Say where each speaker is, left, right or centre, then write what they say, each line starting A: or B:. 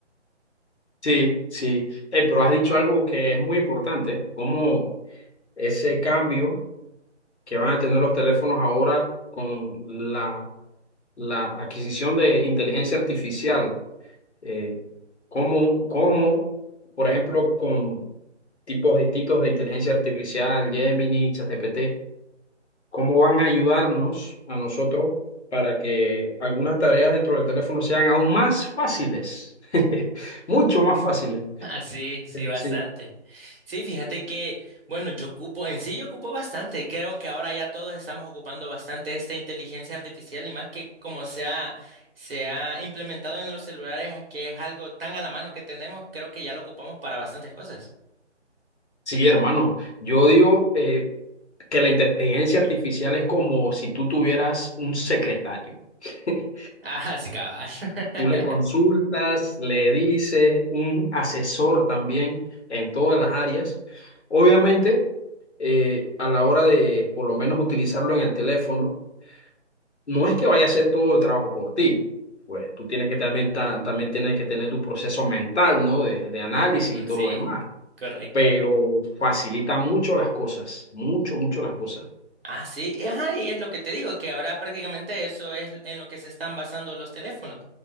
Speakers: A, on the left; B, on the right.
A: Sí, sí. Eh, pero has dicho algo que es muy importante, como ese cambio que van a tener los teléfonos ahora con la, la adquisición de inteligencia artificial, eh, como, como, por ejemplo, con tipos distintos de inteligencia artificial, Gemini, ChatGPT, cómo van a ayudarnos a nosotros para que algunas tareas dentro del teléfono sean aún más fáciles, <laughs> mucho más fáciles.
B: Ah, sí, sí, bastante.
A: Sí.
B: Sí, fíjate que, bueno, yo ocupo, en sí yo ocupo bastante. Creo que ahora ya todos estamos ocupando bastante esta inteligencia artificial y más que como se ha, se ha implementado en los celulares, es que es algo tan a la mano que tenemos, creo que ya lo ocupamos para bastantes cosas. <laughs>
A: Sí, hermano, yo digo eh, que la inteligencia artificial es como si tú tuvieras un secretario. <laughs>
B: Ah, sí, cabal. <laughs>
A: Tú le consultas, le dices, un asesor también en todas las áreas. Obviamente, eh, a la hora de por lo menos utilizarlo en el teléfono, no es que vaya a hacer todo el trabajo por ti. Pues tú tienes que también, ta- también tienes que tener tu proceso mental, ¿no? De, de análisis y todo
B: Sí,
A: lo demás.
B: correcto.
A: pero facilita mucho las cosas, mucho, mucho las cosas.
B: Ah, sí, y ajá, y es lo que te digo, que ahora prácticamente eso es en lo que se están basando los teléfonos.